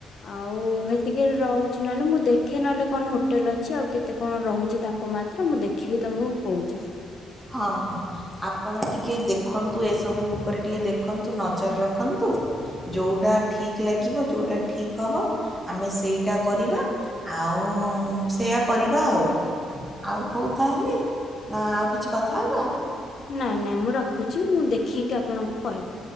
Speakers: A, on the left; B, in the centre.
A: ଆଉ ହେତିକି ରହୁଛି ନହେଲେ ମୁଁ ଦେଖେ ନହେଲେ କଣ ହୋଟେଲ ଅଛି ଆଉ କେତେ କଣ ରହୁଛି ତାପମାତ୍ରା ମୁଁ ଦେଖିକି ତମକୁ କହୁଛି।
B: ହଁ ହଁ ଆପଣ ଟିକେ ଦେଖନ୍ତୁ ଏସବୁ ଉପରେ ଟିକେ ଦେଖନ୍ତୁ ନଜର ରଖନ୍ତୁ ଯୋଉଁଟା ଠିକ୍ ଲାଗିବ ଯେଉଟା ଠିକ୍ ହବ ଆମେ ସେଇଟା କରିବା ଆଉ ସେୟା କରିବା ଆଉ ଆଉ ହଉ ତାହେଲେ ନା ଆଉ କିଛି କଥା ହେବା?
A: ନାଇଁ ନାଇଁ ମୁଁ ରଖୁଛି ମୁଁ ଦେଖିକି ଆପଣଙ୍କୁ କହିବି।